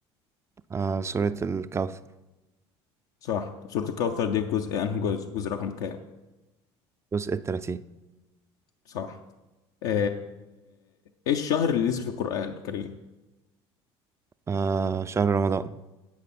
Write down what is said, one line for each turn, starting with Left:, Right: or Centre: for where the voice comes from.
Right: آه سورة الكوثر
Left: صح طب سورة الكوثر دي في جزء أنه جزء جزء رقم كام
Right: جزء التلاتين
Left: صح آه، ايه الشهر اللي نزل في القرآن الكريم
Right: آه شهر رمضان